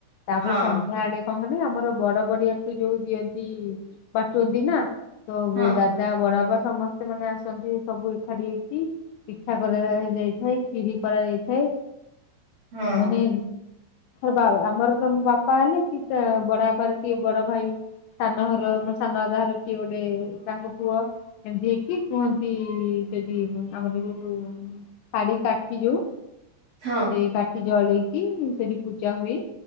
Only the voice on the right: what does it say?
ହଁ।
ହଁ
ହଁ
ହଁ